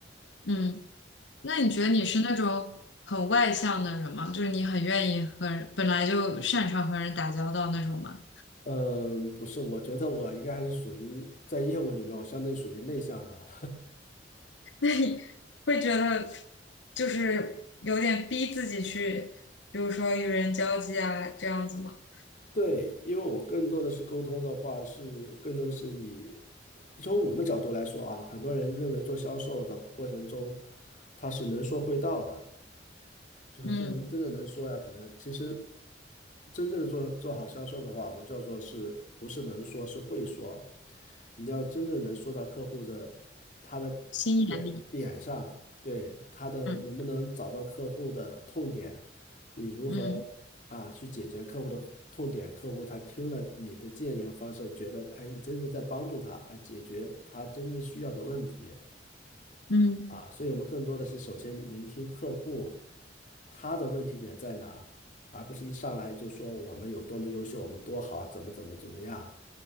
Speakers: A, on the left (about 80°); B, on the left (about 45°).
A: 嗯。那你觉得你是那种很外向的人吗？就是你很愿意和人本来就擅长和人打交道那种吗？
B: 嗯，不是，我觉得我应该还是属于在业务里面，我相对属于内向的。
A: <laughs> 那你会觉得就是有点逼自己去，比如说与人交际啊，这样子吗？
B: <laughs> 对，因为我更多的是沟通的话，是更多的是以从我们角度来说啊，很多人认为做销售的过程中，他是能说会道的。就是这人真的能说呀，
A: 嗯，
B: 可能其实真正的做做好销售的话，我们叫做是不是能说，是会说。你要真正能说到客户的他的
A: 心眼力。
B: 点点上，对他的能不能找到客户的痛点，
A: 嗯
B: 你如何
A: 嗯
B: 啊去解决客户的痛点，客户他听了你的建议和方式，觉得哎，你真的在帮助他，而解决他真正需要的问题。
A: 嗯，
B: 啊，所以我们更多的是首先聆听客户他的问题点在哪，而不是一上来就说我们有多么优秀，我们多好，怎么怎么怎么样，